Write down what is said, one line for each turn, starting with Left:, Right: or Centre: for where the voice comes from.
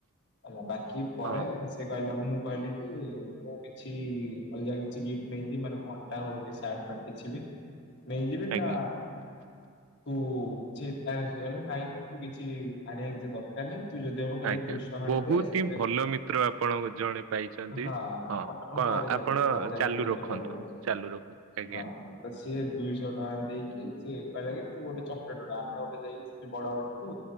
Left: ହେଲା ବାକି ପରେ
Right: ହଁ
Left: ସେ କହିଲା ମୁଁ କହିଲି କି କିଛି ଅଲଗା କିଛି ଗିଫ୍ଟ ନେଇକି ମାନେ ଘଣ୍ଟା ହଉକି ସାର୍ଟ ଫାର୍ଟ କିଛିବି ନେଇଯିବିିନି
Right: ଆଜ୍ଞା
Left: ନା ପୁ ଚିନ୍ତା ଆସିଗଲେ ନାଇଁ ନାଇଁ ତୁ କିଛି ଆଣିବା କିଛି ଦ କାନେ ତୁଯଦି ହବ ଖାଲି
Right: ଆଜ୍ଞା
Left: ଦୁଇଶ ଖଣ୍ଡେ
Right: ବହୁତ
Left: ଦେ ସେତ
Right: ହିଁ ଭଲ ମିତ୍ର ଆପଣ ଜଣେ ପାଇଛନ୍ତି।
Left: ହଁପ
Right: ହଁ କଣ
Left: ପରେ ଯାଣିଲି
Right: ଆପଣ
Left: ପରେ ଜାଣିବେ
Right: ଚାଲୁ
Left: କେତେ
Right: ରଖନ୍ତୁ
Left: ଭଲ ହେଇଛ
Right: ଚାଲୁ ରଖନ୍ତୁ ଆଜ୍ଞା।
Left: ହଁ ତ ସିଏ ଦୁଇଶହ ଟଙ୍କା ଦେଇକି ସେ କହିଲା କି ତୁ ଗୋଟେ ଚକଲେଟର ଦାମ୍‌ ମତେ ଦେଇକି ବଡ ବାଟ ଟୁ